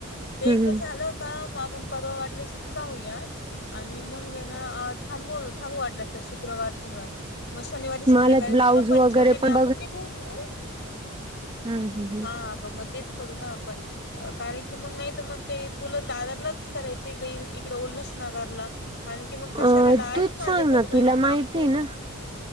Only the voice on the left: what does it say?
ते
एक झालं
का आपण परवा वाटलंस तर जाऊया आणि मग ना थांबू थांबू वाटलं असत शुक्रवार शनिवार मग शनिवारी संध्याकाळी
पुन्हा पंचवटीने
आपण निघून येऊ
हा आग मच करू ना आपण कारण की मग नाही तर मग ते तुला दादरलाच करायच काही तिकड ल्हस नाकारला कार की मग कस
राहिला आहे
माझं
घर
माही
काकू